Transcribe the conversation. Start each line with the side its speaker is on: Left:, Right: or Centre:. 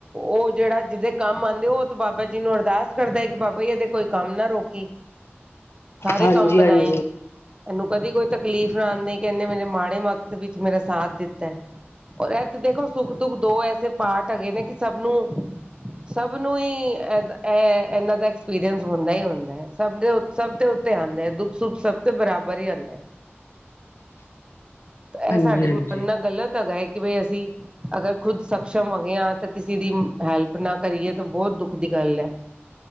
Right: ਉਹ ਜਿਹੜਾ ਜਿਹਦੇ ਕੰਮ ਆਂਦੇ ਉਹ ਤਾ, ਬਾਬਾ ਜੀ ਨੂੰ ਅਰਦਾਸ ਕਰਦਾ ਕਿ ਬਾਬਾ ਜੀ ਇਹਦੇ ਕੋਈ ਕੰਮ ਨਾ ਰੋਕੀ, ਸਾਰੇ
Left: ਹਾਂਜੀ
Right: ਕੰਮ ਮਨਾਈ।
Left: ਹਾਂਜੀ
Right: ਇਹਨੂੰ ਕਦੀ ਕੋਈ ਤਕਲੀਫ਼ ਨਾ ਆਉਂਦੀ ਕਿ ਇਹਨੇ ਮੇਰੇ ਮਾੜੇ ਮਕਤ ਵਿੱਚ ਮੇਰਾ ਸਾਥ ਦਿੱਤਾ ਹੈ ਔਰ ਇਹ ਤੇ ਦੇਖੋ ਸੁੱਖ ਦੁੱਖ ਦੋ ਐਸੇ ਪਾਟ ਹੈਗੇ ਨੇ ਕਿ ਸਭ ਨੂੰ ਸਭ ਨੂੰ ਹੀ ਇਹ ਇਹਨਾਂ ਦਾ ਐਕਸਪੀਰੀਅੰਸ ਹੁੰਦਾ ਹੀ ਹੁੰਦਾ ਹੈ ਸਭ ਦੇ ਸਭ ਤੇ ਉੱਤੇ ਆਉਂਦੇ ਹੈ ਦੁੱਖ ਸੁੱਖ ਸਭ ਤੇ ਬਰਾਬਰ ਹੀ ਆਉਂਦਾ ਹੈ ਇਹ
Left: ਹਾਂਜੀ-ਹਾਂਜੀ,
Right: ਸਾਡੀੇ ਮਨ ਨਾਲ ਗ਼ਲਤ ਹੈਗਾ ਹੈ ਕਿ ਬ ਅਸੀਂ ਅਗਰ ਖੁੱਦ ਸਕਸ਼ਮ ਹੋਗੇ ਹ ਤਾਂ ਕਿਸੇ ਦੀ ਹੈਲਪ ਨਾ ਕਰੀਏ ਤਾਂ ਬਹੁਤ ਦੁੱਖ ਦੀ ਗੱਲ ਹੈ